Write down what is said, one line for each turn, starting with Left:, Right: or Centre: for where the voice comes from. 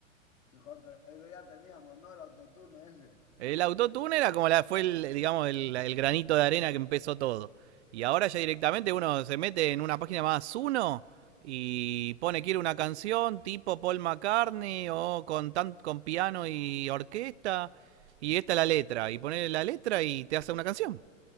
Left: Sí, joder, pero eso ya teníamos, ¿no? El autotune ese.
Right: El autotune era como la, fue el, digamos, el, el granito de arena que empezó todo. Y ahora ya directamente uno se mete en una página más uno y pone quiere una canción tipo Paul McCartney o con tan, con piano y orquesta y esta es la letra y pone la letra y te hace una canción.